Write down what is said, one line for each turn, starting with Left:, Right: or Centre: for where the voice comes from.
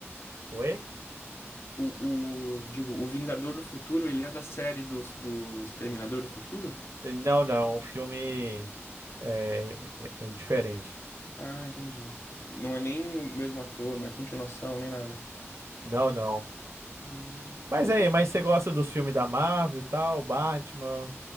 Right: Oi?
Left: O, o, digo, o Vingador do Futuro, ele é da série do, do Exterminador do Futuro?
Right: Não, não, o filme é, é- é diferente.
Left: Ah, entendi. Não é nem o mesmo ator, não é continuação, nem nada.
Right: Não, não.
Left: Hum,
Right: Mas
Left: Não
Right: aí,
Left: conheço
Right: mas você gosta dos filmes da Marvel e tal, Batman?